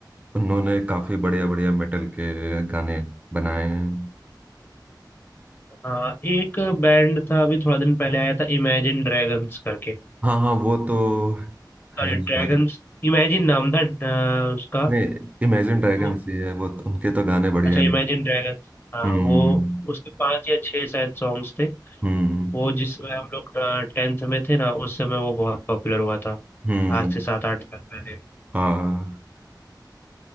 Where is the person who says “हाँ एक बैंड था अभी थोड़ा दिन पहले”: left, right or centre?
Left